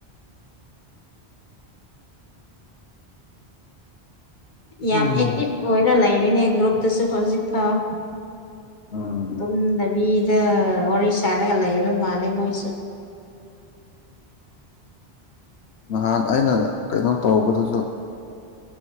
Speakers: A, on the left (about 45°); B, on the left (about 80°).
A: ꯌꯥꯝ
B: ꯎꯝ
A: ꯑꯦꯛꯇꯤꯚ ꯑꯣꯏꯔ ꯂꯩꯔꯤꯅꯦ ꯒ꯭ꯔꯨꯞꯇꯁꯨ ꯍꯧꯖꯤꯛꯐꯥꯎ
B: ꯎꯝ
A: ꯇꯨꯝꯗꯕꯤꯗ ꯋꯥꯔꯤ ꯁꯥꯔꯒ ꯂꯩꯕ ꯃꯥꯜꯂꯦ ꯃꯣꯏꯁꯦ
B: ꯅꯍꯥꯟ ꯑꯩꯅ ꯀꯩꯅꯣ ꯇꯧꯕꯗꯨꯁꯨ